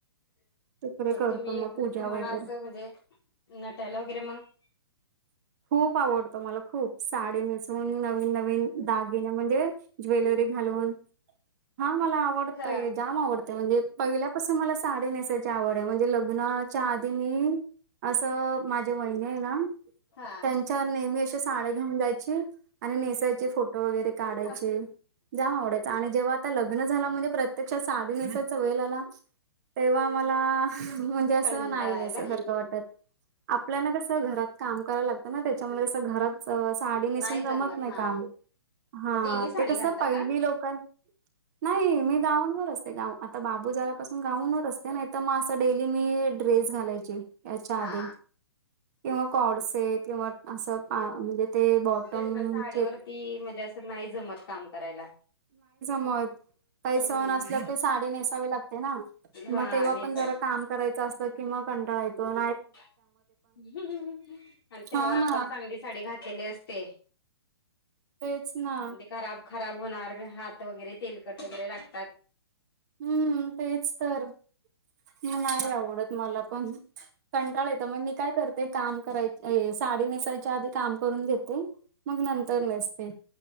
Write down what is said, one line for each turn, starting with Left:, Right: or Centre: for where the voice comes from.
Right: तिकडे
Left: मग
Right: करतो
Left: तुम्ही
Right: मग
Left: तुम्हाला
Right: पूजा वगैरे
Left: असं म्हणजे नटायला वगैरे मग
Right: खूप आवडतो मला खूप. साडी नेसून नवीन नवीन दागिने म्हणजे ज्वेलरी घालून हा मला आवडतंय
Left: हा
Right: जाम आवडतय म्हणजे पहिल्यापासून मला साडी नेसायची आवड आहे म्हणजे लग्नात च्या आधी मी अस माझ वहिन आहे ना
Left: हा
Right: त्यांच्या नेहमी अशे साड्या घेऊन जायची आणि नेसायचे फोटो वगैरे काढायचे
Left: हा
Right: जाम आवडायच आणि जेव्हा लग्न झाला म्हणजे प्रत्यक्ष साडी नेसायचा वेल आला तेव्हा मला म्हणजे असं
Left: कंटाळायला
Right: नाही नेसा सारखं वाटत. आपल्याना कसं घरात काम कराय लागतं ना त्याच्यामुळे कसं घरात च साडी नेसून
Left: नाही
Right: जमत नाही
Left: हा
Right: काम हा
Left: मग डेली साडी
Right: ते कस
Left: घालता
Right: पहिली
Left: का
Right: लोकां नाही मी गाऊन वर असते गाऊन आता बाबू
Left: हा
Right: झाल्यापासून गाऊन वर असते नाही तर मग असं डेली मी ड्रेस घालायची याच्या
Left: हा
Right: आधी किंवा कॉड से किंवा असं म्हणजे ते बॉटमचे
Left: तेच ना साडेवरती म्हणजे असं नाही जमत काम करायला
Right: का
Left: हम्म
Right: स साडी नेसावी लागते ना
Left: हा
Right: मग तेव्हा
Left: नेसायला
Right: पण ज काम करायचं असतं किंवा कंटाळो
Left: आणि तेव्हा
Right: हा ना
Left: आपण चांगलीच साडी घातली असते
Right: तेच ना
Left: म्हे खराब खराब होणार हात वगैरे तेलकट वगैरे लागतात
Right: हम्म तेच तर मी नाही आवडत मला पण कंटाळ येत मग मी काय करत ते काम कराय साडी नेसायच्या आधी काम करून घेते मग नंतर नेसते